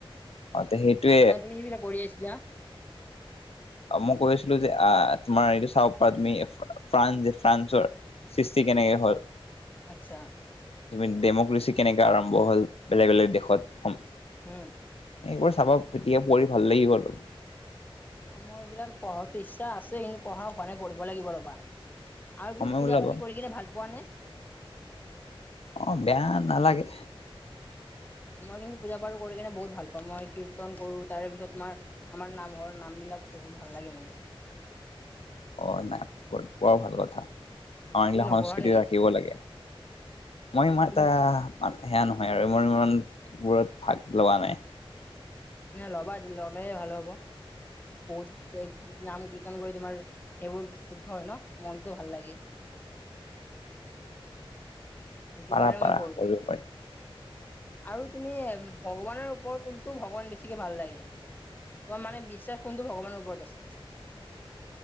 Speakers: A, on the left; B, on the left.
A: অ তে সেইটোৱে
B: <unintelligible> কৰি আছিলা।
A: অ মই কৈ আছিলো যে, আহ তোমাৰ এইটো চাব পাৰা তুমি ফ্ৰান্স যে ফ্ৰান্সৰ সৃষ্টি কেনেকে হ'ল?
B: আচ্ছা।
A: তুমি ডেমক্ৰেচি কেনেকে আৰম্ভ হ'ল, বেলেগ বেলেগ দেশত।
B: উম।
A: এইবোৰ চাবা এতিয়া পঢ়ি ভাল লাগিব অলপ।
B: অ মই এইবিলাক পঢ়াৰটো ইচ্ছা আছে, কিন্তু পঢ়া হোৱা নাই পঢ়িব লাগিব ৰ'বা। আৰু
A: সময়
B: তুমি পূজা
A: ওলাব
B: পাৰি কৰি কিনে ভাল পোৱা নে?
A: অ বেয়া নালাগে।
B: মই কিন্তু পূজা পাৰো কৰি কিনে বহুত ভাল পাওঁ। মই কীৰ্তন কৰো তাৰ পিছত তোমাৰ- আমাৰ নামঘৰৰ নামবিলাক পঢ়ো ভাল লাগে মনবোৰ।
A: অ নাই বৰ ভাল কথা। আমাৰ
B: তুমি
A: এগিলা
B: নপঢ়া
A: সংস্কৃতি
B: নেকি
A: ৰাখিব লাগে। মই ইমান
B: তুমি
A: এটা সেয়া নহয় আৰু মোৰ ইমানবোৰত ভাগ লোৱা নাই।
B: নে ল'বা আজি ল'লে ভাল হ'ব। বহুত এ নাম কীৰ্তন কৰি তোমাৰ এইবোৰ শুদ্ধ হয় ন, মনটো ভাল লাগে। সেইটো
A: পাৰা
B: কাৰণে
A: পাৰা
B: মই কৰো।
A: কৰিব পাৰি
B: আৰু তুমি এ- ভগৱানৰ ওপৰত কোনটো ভগৱান বেছিকে ভাল লাগে? তোমাৰ মানে বিশ্বাস কোনটো ভগৱানৰ ওপৰত আছে?